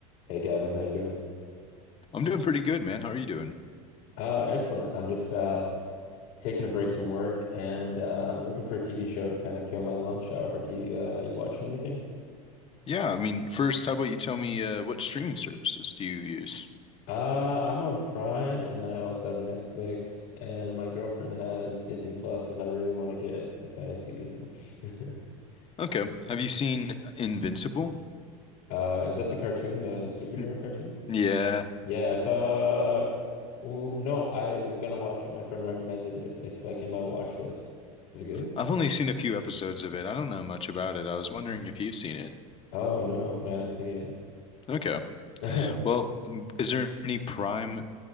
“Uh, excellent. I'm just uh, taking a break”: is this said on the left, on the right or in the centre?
Left